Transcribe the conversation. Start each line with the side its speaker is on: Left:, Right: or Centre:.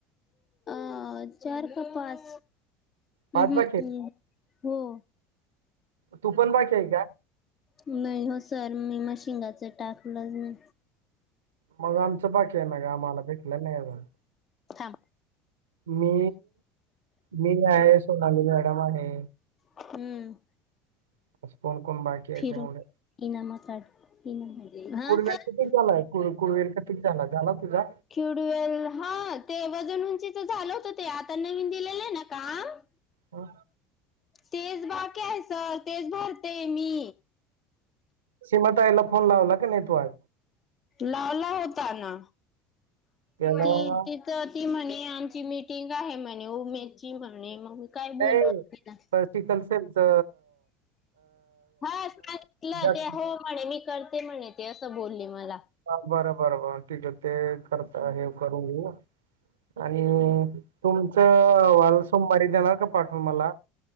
Left: अ चार का पाच,
Right: पाच
Left: हम
Right: बाकी
Left: हम
Right: आहेत
Left: हो
Right: तू पण बाकी आहे का
Left: नाही हस सर मी मशिंगाचं टाकलंच ना
Right: मग आमचं बाकी आहे ना मग आम्हाला भेटणार नाही मग
Left: थां
Right: मी मी आहे, सोनाली मॅडम आहे.
Left: हम्म
Right: <unintelligible> आहे
Left: फिरु
Right: ते मुलं
Left: किनामासाठी <inaudible> हा
Right: कुडवेल
Left: सर,
Right: किती झालाय कुड कुडवेल किती झाला झाला तुझा
Left: ख्युडवेल हा ते वजन उंचीचं झालं होतं ते आता नवीन दिलेलं आहे ना काम
Right: हो
Left: तेच बाकी आहे सर तेच भरते मी.
Right: सीमा ताईला फोन लावला का नाही तू आज
Left: लावला होता ना.
Right: त्याला
Left: ती तिथं ती म्हणे आमची मिटिंग आहे म्हणे उमेची म्हणे मग काय बोलणार
Right: नाही
Left: तिला
Right: स्पिकल सेटचं
Left: हा सांगितलं,
Right: जाती-
Left: ते हो म्हणे मी करते म्हणे ते असं बोलली मला
Right: हा बरं बरं बर ठीक आहे ते करता हे करून घेऊ आणि तुमचं अहवाल सोमवारी देणार का पाठून मला?